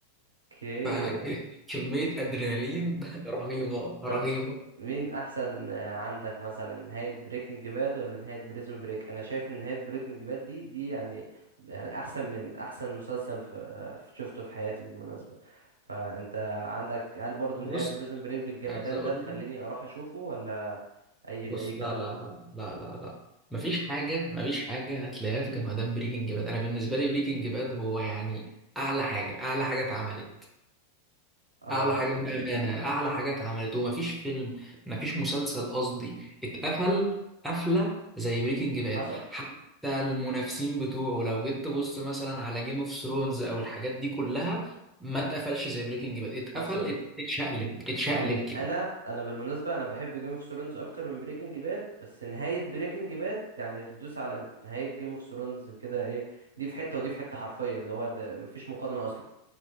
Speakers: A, on the right; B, in the centre.
A: اوكي
B: فكميه <laughs> ادرينالين <laughs> رهيبه رهيبه
A: طب مين احسن آه، عندك مثلا نهاية بريكنج باد ولا نهاية بريزون بريك انا شايف ان نهاية بريكنج باد دي دي يعني يعني احسن من احسن مسلسل في آه، في- شفته في حياتي بالمناسبة فانت عندك هل برضو
B: بص
A: نهاية بريزون بريك بالجمدان
B: عايز اقول
A: ده تخليني
B: لك
A: اروح اشوفه ولا اي
B: بص
A: اي كلام
B: لا لا لا لا لا لا مفيش حاجة مفيش حاجة هتلاقيها في جمدان بريكنج باد أنا بالنسبة لي بريكنج باد هو يعني أعلى حاجة أعلى حاجة اتعملت
A: اه
B: أعلى حاجة بأمانة أعلى حاجة اتعملت ومفيش فيلم مفيش مسلسل قصدي اتقفل قفلة زي بريكنج باد
A: حصل
B: حتى المنافسين بتوعه لو جيت تبص مثلا على جيم اوف ثرونز أو الحاجات دي كلها ما اتقفلش زي بريكنج باد اتقفل
A: حصل
B: ات- اتشقلب اتشقلب
A: يعني انا انا بالمناسبه انا بحب جيم اوف ثرونز اكتر من بريكنج باد بس نهايه بريكنج باد يعني تدوس على نهايه جيم اوف ثرونز كده ايه دي في حته ودي في حته حرفيا اللي هو ده مفيش مقارنه اصلا